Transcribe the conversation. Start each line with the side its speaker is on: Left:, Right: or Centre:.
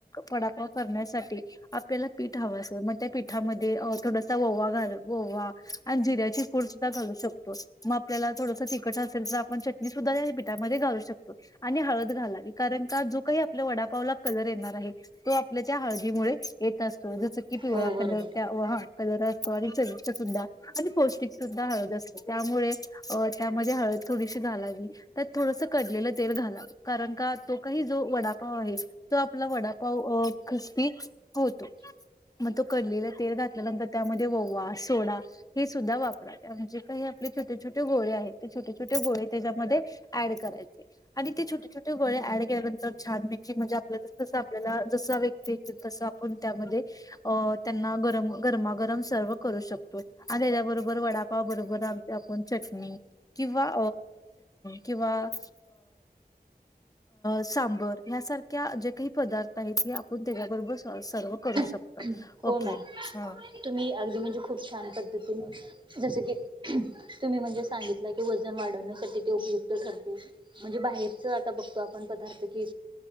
Left: वडापाव करण्यासाठी आपल्याला पीठ हवा असे मग त्या पीठामध्ये थोडासा ओवा घाल ओवा, आणि जिऱ्याची पूड सुद्धा घालू शकतो म आपल्याला थोडस तिखट असेल तर आपण चटनि सुद्धा पीठमध्ये घालू शकतो आणि हळद घालावी कारण का जो काही आपल्या वडापावला कलर येणार आहे. तो आपल्या त्या हळदीमुळे येत असतो जस की पिवळा
Right: हो बरोबर.
Left: कलर त्या, हा! कलर असतो आणि च सुधा आणि पौष्टिक सुद्धा हळद असते त्यामुळे त्यामध्ये हळद थोडीशी घालावी त्यात थोडस कडलेलं तेल घालाव कारण का तो काही जो वडापाव आहे! तो आपला वडापाव क्रिस्पी होतो. मग तो कडलेला तेल घातल्यानंतर त्यामध्ये ओवा, सोडा हे सुद्धा वापरा म्हणजे काही आपले छोटे छोटे गोळे आहेत ते छोटे छोटे गोळे त्याच्यामध्ये ऍड करायचे आणि ते छोटे छोटे गोळ्या ऍड केल्या नंतर छानपैकी म्हणजे आपल हित कस आपल्याला जस व्यक्ती येतील तस आपण त्यामध्ये त्यांना गरम गरमागरम सर्व करू शकतो आणि तेजा बरोबर वडापाव बरोबर आपण चटणी किंवा किंवा, सांबार यांसारख्या जे काही पदार्थ आहेत हे आपण त्याच्याबरोबर सर्व करू शकतो.
Right: हो,
Left: ओके
Right: मॅम
Left: हा
Right: तुम्ही अगदी म्हणजे खूप छान पद्धतीने जस की तुम्ही म्हणजे सांगितलं की वजन वाढवण्यासाठी ते उपयुक्त ठरते. म्हणजे बाहेरच आता बघतो आपण पदार्थ की